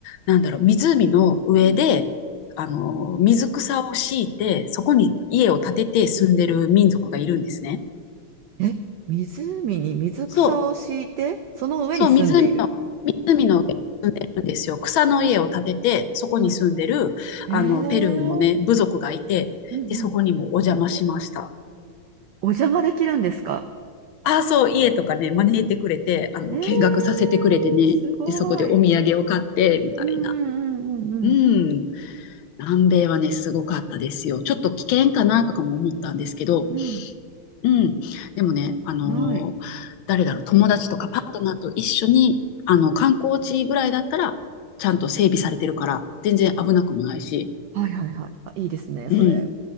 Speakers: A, on the left (about 70°); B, on the right (about 70°).
A: なんだろう、湖の上で、
B: うん。
A: あのー水草を敷いて、そこに家を建てて住んでる民族がいるんですね。
B: え、湖に水草を敷いて、
A: そう、
B: その上に住んでいる。
A: そう、湖の、湖の上に住んでるんですよ。草の家を建てて、そこに住んでる、
B: はい。ええ。
A: あの、ペルーのね、
B: うん
A: 部族がいて、
B: うん
A: で、そこにもお邪魔しました。
B: お邪魔できるんですか
A: ああ、そう、家とかね、招いてくれて、あの、
B: ええ、
A: 見学させてくれてね、
B: すごい。
A: で、そこでお土産を買って、みたいな。
B: うんうんうんうん。
A: うん。南米はね、すごかったですよ。ちょっと危険かなとかも思ったんですけど、
B: うん。
A: うん。でもね、あの
B: うん。はい。
A: ー誰だろう、友達とかパートナーと一緒に、あの、観光地ぐらいだったら、ちゃんと整備されてるから、全然危なくもないし、
B: はいはいはい。あ、いいですね、それ。
A: うん。